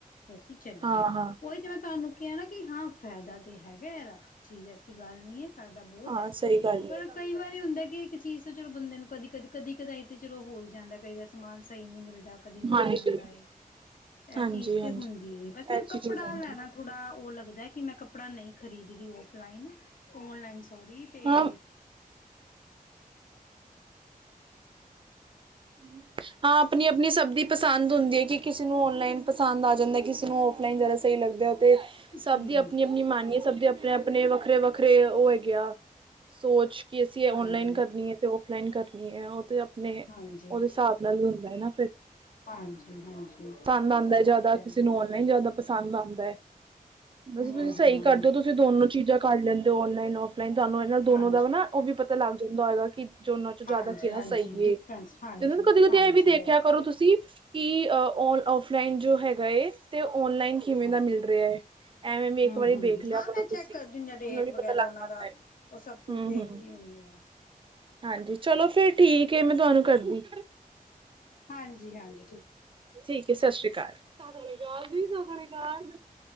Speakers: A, on the left; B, on the right.
A: ਤੇ ਅਸੀਂ ਚਲੇ
B: ਹਾਂ,
A: ਗਏ।
B: ਹਾਂ,
A: ਉਹੀ ਤੇ ਮੈਂ ਤੁਹਾਨੂੰ ਕਿਹਾ ਨਾ ਕਿ ਹਾਂ ਫਾਇਦਾ ਤੇ ਹੈਗਾ ਇਹਦਾ, ਚੀਜ਼ ਐਸੀ ਗੱਲ ਨਹੀਂ ਹੈ। ਫ਼ਾਇਦਾ ਬਹੁਤ
B: ਹਾਂ
A: ਹੈ।
B: ਸਹੀ ਗੱਲ
A: ਪਰ
B: ਏ,
A: ਕਈ ਵਾਰੀ ਹੁੰਦਾ ਕਿ ਇੱਕ ਚੀਜ਼ ਤਾਂ ਚਲੋ ਬੰਦੇ ਨੂੰ ਕਦੀ- ਕਦੀ, ਕਦੀ ਕਦੇ ਤੇ ਚਲੋ ਹੋਈ ਜਾਂਦਾ, ਕਈ ਵੈਸ ਸਮਾਨ ਸਹੀ ਨੀ ਮਿਲਦਾ, ਕਦੀ ਮਿਲ
B: ਹਾਂਜੀ।
A: ਜਾਂਦਾ, ਇਹ
B: ਹਾਂਜੀ,
A: ਚੀਜ਼ ਤੇ
B: ਹਾਂਜੀ
A: ਹੁੰਦੀ ਬਸ। ਮੈਨੂੰ
B: ਇਹ ਚੀਜ਼
A: ਕੱਪੜਾ
B: ਹੋ ਜਾਂਦੀ।
A: ਲੈਣਾ ਥੋੜਾ ਉਹ ਲੱਗਦਾ, ਕਿ ਮੈਂ ਕੱਪੜਾ ਨਹੀਂ ਖਰੀਦਦੀ ਉਹ। ਫਲਾਈਨ, ਔਨਲਾਈਨ ਸੋਰੀ ਤੇ
B: ਹਾਂ, ਹਮ। ਹਾਂ ਆਪਣੀ- ਆਪਣੀ ਸਬਦੀ ਪਸੰਦ ਹੁੰਦੀ ਹੈ ਕਿ ਕਿਸੇ ਨੂੰ ਔਨਲਾਈਨ ਪਸੰਦ ਆ ਜਾਂਦਾ, ਕਿਸੇ ਨੂੰ ਔਫਲਾਈਨ ਜ਼ਿਆਦਾ ਸਹੀ ਲੱਗਦਾ। ਤੇ, ਸਭ
A: ਹਮ
B: ਦੀ ਆਪਣੀ- ਆਪਣੀ ਮਾਨੀਏ ਸਭ ਦੇ ਆਪਣੇ -ਆਪਣੇ ਵੱਖਰੇ -ਵੱਖਰੇ ਉਹ ਹੈਗੇ ਆ। ਸੋਚ, ਕਿ ਅਸੀਂ ਇਹ
A: ਹਾਂਜੀ
B: ਔਨਲਾਈਨ ਕਰਨੀ ਹੈ ਤੇ ਔਫਲਾਈਨ ਕਰਨੀ ਹੈ ਉਹ ਤੇ ਆਪਣੇ
A: ਹਾਂਜੀ
B: ਉਹਦੇ ਹਿਸਾਬ ਨਾਲ ਵੀ ਹੁੰਦਾ ਹੈ ਨਾ ਫਿਰ,
A: ਹਾਂਜੀ ਹਾਂਜੀ ਇਹ
B: ਧੰਦ ਆਉਂਦਾ ਜਿਆਦਾ,
A: ਤੇ ਹੈ
B: ਕਿਸੇ ਨੂੰ ਔਨਲਾਈਨ ਜ਼ਿਆਦਾ ਪਸੰਦ ਆਉਂਦਾ ਹੈ, ਬੈਸੇ
A: ਹਮ
B: ਤੁਸੀਂ ਸਹੀ
A: ਹਮ
B: ਕਰਦੇ ਹੋ ਤੁਸੀਂ ਦੋਨੋ ਚੀਜ਼ਾਂ ਕਰ ਲੈਂਦੇ ਹੋ ਔਨਲਾਈਨ, ਔਫ ਔਫਲਾਈਨ, ਇਹਨਾਂ ਦੋਨੋ
A: ਹਾਂਜੀ
B: ਦਾ ਵਾ ਨਾ ਉਹ ਵੀ ਪਤਾ ਲੱਗ ਜਾਂਦਾ ਹੈਏਗਾ ਕਿ ਜੋਨਾਂ ਚੋਂ ਜ਼ਿਆਦਾ
A: ਹਾਂਜੀ
B: ਕਿੜਾ
A: ਹਾਂਜੀ
B: ਸਹੀ
A: ਡਿਫਰੈਂਸ
B: ਏ
A: ਹਾਂਜੀ
B: ਤੇ ਕਦੀ- ਕਦੀ
A: ਹਾਂਜੀ
B: ਇਹ ਵੀ ਦੇਖਿਆ ਕਰੋ ਤੁਸੀਂ ਕਿ, ਔਫਲਾਈਨ ਜੋ ਹੈਗਾ। ਤੇ ਓਨਲਾਈਨ ਕਿਵੇਂ
A: ਹਮ
B: ਦਾ ਮਿਲ ਰਿਹਾ ਹੈ। ਐਵੇਂ ਵੀ ਇੱਕ
A: ਹਮ
B: ਵਾਰੀ
A: ਹ-
B: ਵੇਖ ਲਿਆ
A: ਹ ਹਾਂ,
B: ਕਰੋ
A: ਮੈਂ ਚੈੱਕ
B: ਤੁਸੀਂ
A: ਕਰਦੀ ਰੇਟ
B: ਉਹਨੂੰ ਵੀ
A: ਵਗੈਰਾ
B: ਪਤਾ ਲੱਗ
A: ਉਹਨਾਂ
B: ਪਾਉਂਦਾ
A: ਦਾ,
B: ਹੈ
A: ਉਹ ਸਭ ਕੁਝ
B: ਹਮ
A: ਦੇਖਦੀ
B: ਹਮ
A: ਹੁੰਨੀ ਆਂ।
B: ਹਾਂਜੀ ਚਲੋ ਫੇਰ ਠੀਕ ਏ ਮੈਂ ਤੁਹਾਨੂੰ ਕਰਦੀ
A: ਹਾਂਜੀ-ਹਾਂਜੀ।
B: ਠੀਕ ਏ ਸਸ ਰੀ ਕਾਲ ਸਸ ਰੀ ਕਾਲ